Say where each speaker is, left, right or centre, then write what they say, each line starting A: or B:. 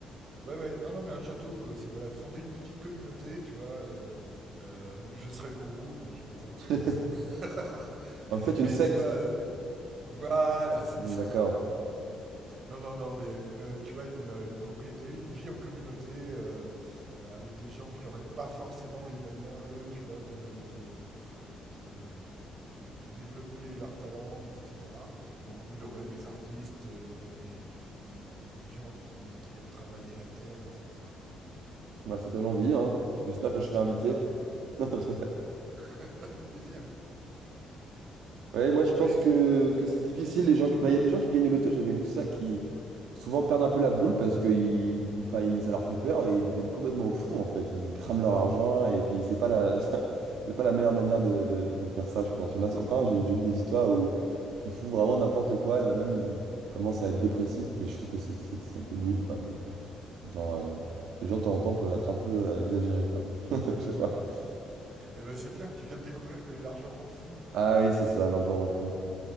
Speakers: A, on the right; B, on the right.
A: ouais ouais, non non mais un château, euh, c'est voilà, fonder une petite communauté, tu vois, euh, euh, où je serais le gourou. Non, je plaisante.
B: <laughs>
A: <laughs>
B: En fait,
A: Mais
B: une secte.
A: tu vois, euh, voilà, c'est
B: Hmm,
A: ça.
B: D'accord.
A: Non, non, non, mais il y a une, euh, tu vois, une, euh, une propriété, une vie en communauté euh, euh, avec des gens qui n'auraient pas forcément les moyens, eux, tu vois, de, de, de, de, de- de développer leurs talents, etc. Donc, où il y aurait des artistes, euh, il y aurait des, des, des, des gens qui, qui aiment travailler la terre, etc., quoi.
B: Bah, ça donne envie, hein. J'espère que je serai invité.
A: Ben,
B: <laughs> Non, je rigole.
A: <laughs> avec plaisir, oui.
B: Ouais, moi je
A: Bon,
B: pense
A: et,
B: que,
A: et-
B: que c'est difficile. Les gens, qui- enfin, il y a des gens qui gagnent au loto, j'avais lu ça, qui souvent perdent un peu la boule parce que ils, ils- enfin, ils- ça leur fait peur et ils deviennent complètement fous en fait. Ils crament leur argent et puis c'est pas la, <laughs> c'est pas la meilleure manière de, de- de faire ça, je pense. Il y en a certains, j'ai j'ai lu des histoires où ils font vraiment n'importe quoi. Il y en a même, ils commencent à être dépressifs, mais je trouve que c'est c'est- c'est un peu nul quoi. Le- genre, euh, les gens de temps en temps peuvent être un peu euh, exagérés quoi. <laughs> Je sais pas.
A: eh ben, c'est bien, tu viens de découvrir que l'argent rend fou.
B: Ah oui, c'est ça, l'argent rend fou.